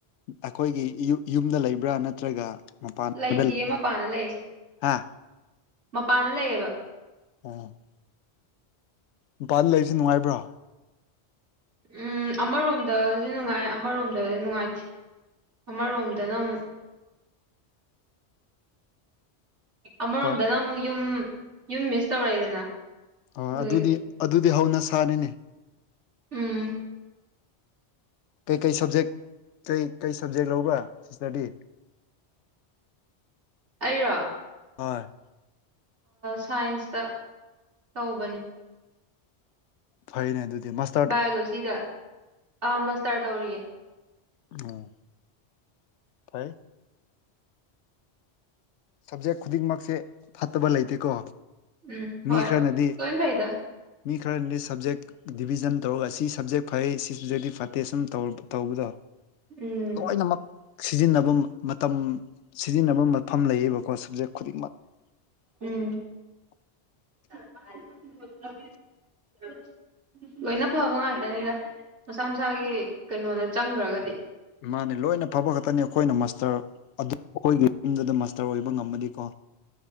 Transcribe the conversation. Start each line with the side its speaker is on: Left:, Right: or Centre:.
Left: ꯑꯩꯈꯣꯏꯒꯤ ꯌꯨꯝ ꯌꯨꯝꯗ ꯂꯩꯕ꯭ꯔꯥ ꯅꯠꯇ꯭ꯔꯒ ꯃꯄꯥꯟꯗ
Right: ꯂꯩꯇꯤꯌꯦ
Left: ꯂꯩ
Right: ꯃꯄꯥꯟꯗ ꯂꯩ
Left: ꯍꯥ
Right: ꯃꯄꯥꯟꯗ ꯂꯩꯌꯦꯕ
Left: ꯑꯝ ꯅꯨꯄꯥꯗ ꯂꯩꯔꯤꯁꯦ ꯅꯨꯡꯉꯥꯏꯕ꯭ꯔꯣ
Right: ꯎꯝ ꯑꯃꯔꯣꯝꯗꯁꯨ ꯅꯨꯡꯉꯥꯏ ꯑꯃꯔꯣꯝꯗꯁꯨ ꯅꯨꯡꯉꯥꯏꯇꯦ ꯑꯃꯔꯣꯝꯗꯅ ꯑꯃꯨꯛ ꯑꯃꯔꯣꯝꯗꯅ
Left: ꯄꯥꯟ
Right: ꯑꯃꯨꯛ ꯌꯨꯝ ꯌꯨꯝ ꯃꯤꯁ ꯇꯧꯔꯛꯏꯗꯅ
Left: ꯑ
Right: ꯑꯗꯨꯒꯤ
Left: ꯑꯗꯨꯅꯤ ꯑꯗꯨꯗꯤ ꯍꯧꯅꯁꯥꯅꯤꯅꯦ
Right: ꯎꯝ
Left: ꯀꯩꯀꯩ ꯁꯕꯖꯦꯛ ꯀꯩꯀꯩ ꯁꯞꯖꯦꯛ ꯂꯧꯕ ꯁꯤꯇꯗꯤ
Right: ꯑꯩꯔꯣ
Left: ꯍꯣꯏ
Right: ꯁꯥꯏꯟꯁꯇ ꯇꯧꯕꯅꯤ
Left: ꯐꯩꯅꯦ ꯑꯗꯨꯗꯤ ꯃꯁ
Right: ꯕꯥꯏꯑꯣꯂꯣꯖꯤꯗ ꯑ ꯃꯁꯇꯔ ꯇꯧꯔꯤꯌꯦ
Left: ꯑꯣ ꯐꯩ ꯁꯕꯖꯦꯛ ꯈꯨꯗꯤꯡꯃꯛꯁꯦ ꯐꯠꯇꯕ ꯂꯩꯇꯦꯀꯣ
Right: ꯎꯝ ꯍꯣꯏ
Left: ꯃꯤ ꯈꯔꯅꯗꯤ
Right: ꯂꯣꯏ ꯐꯩꯗ
Left: ꯃꯤ ꯈꯔꯅꯗꯤ ꯁꯕꯖꯦꯛ ꯗꯤꯕꯤꯖꯟ ꯇꯧꯔꯒ ꯁꯤ ꯁꯞꯖꯦꯛ ꯐꯩ ꯁꯤ ꯁꯞꯖꯦꯤ ꯐꯠꯇꯦ ꯁꯨꯝꯧ ꯇꯧꯕꯗꯣ
Right: ꯎꯝ
Left: ꯂꯣꯏꯅꯃꯛ ꯁꯤꯖꯤꯟꯅꯕ ꯃꯇꯝ ꯁꯤꯖꯤꯟꯅꯕ ꯃꯐꯝ ꯂꯩꯌꯦꯕꯀꯣ ꯁꯞꯖꯦꯛ ꯈꯨꯗꯤꯡꯃꯛ <inaudible>
Right: ꯎꯝ <unintelligible> ꯂꯣꯏꯅ ꯐꯕ ꯉꯥꯛꯇꯅꯤꯗ ꯃꯁꯥ ꯃꯁꯥꯒꯤ ꯀꯩꯅꯣꯗ ꯆꯪꯈ꯭ꯔꯒꯗꯤ
Left: ꯃꯥꯅꯦ ꯂꯣꯏꯅ ꯐꯕ ꯈꯛꯇꯅꯤ ꯑꯩꯈꯣꯏꯅ ꯃꯥꯁꯇꯔ ꯑꯗꯨ ꯑꯩꯈꯣꯏꯒꯤ ꯌꯨꯝꯗꯨꯗ ꯃꯥꯁꯇꯔ ꯑꯣꯏꯕ ꯉꯝꯃꯗꯤꯀꯣ